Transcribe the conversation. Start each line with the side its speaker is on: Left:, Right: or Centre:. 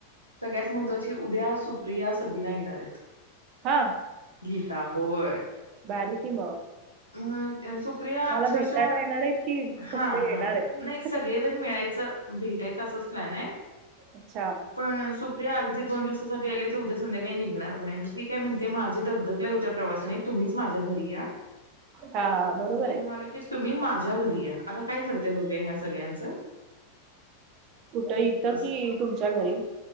Left: सगळ्यात महत्त्वाची उद्या सुप्रिया सबिना येणार आहेत
Right: हा
Left: गीता होय
Right: बारीक हिमा
Left: म सुप्रिया अक्षरशः
Right: भेटायला येणार आहेत की फक्त
Left: हा
Right: येणार
Left: हा
Right: आहेत?
Left: नाही सगळेजण मिळायचं भेटायचं असंच प्लॅन आहे
Right: अच्छा
Left: पण अगदी दोन दिवसासाठी आले ते उद्या संध्याकाळी निघणार पण मग ती काय म्हणते माझे दगदग लय होत्या प्रवासाने तुम्हीच माझ्या घरी या
Right: हां बरोबर
Left: मग मी
Right: आहे.
Left: म्हणालो की तुम्ही मा माझ्या घरी आता काय ठरते बघया ह्या सगळ्यांच
Right: कुठं इथं
Left: बस
Right: कि तुमच्या घरी